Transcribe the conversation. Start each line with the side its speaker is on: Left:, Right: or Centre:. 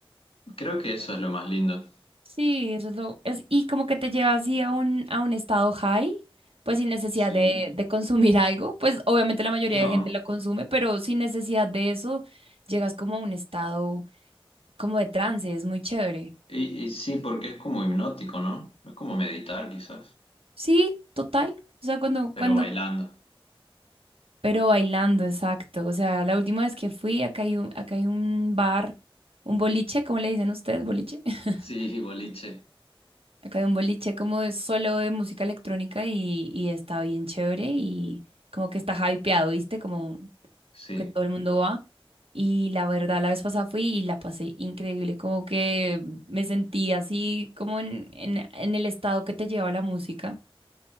Left: creo que eso es lo más lindo.
Right: Sí, eso es lo, es, y como que te lleva así a un, a un estado high, pues sin necesidad
Left: Sí,
Right: de, de consumir <laughs> algo, pues obviamente la mayoría
Left: no,
Right: de gente lo consume, pero sin necesidad de eso llegas como a un estado como de trance, es muy chévere.
Left: y, y sí, porque es como hipnótico, ¿no? Es como meditar quizás,
Right: Sí, total, o sea, cuando,
Left: pero
Right: cuando,
Left: bailando.
Right: pero bailando, exacto, o sea, la última vez que fui, acá hay un, acá hay un bar, un boliche, ¿cómo le dicen ustedes, boliche? <laughs>
Left: Sí, boliche,
Right: Acá hay un boliche como de solo de música electrónica y, y está bien chévere y como que está hypeado, ¿viste? Como
Left: sí.
Right: que todo el mundo va. Y la verdad, la vez pasada fui y la pasé increíble, como que me sentí así como en, en, en el estado que te lleva la música.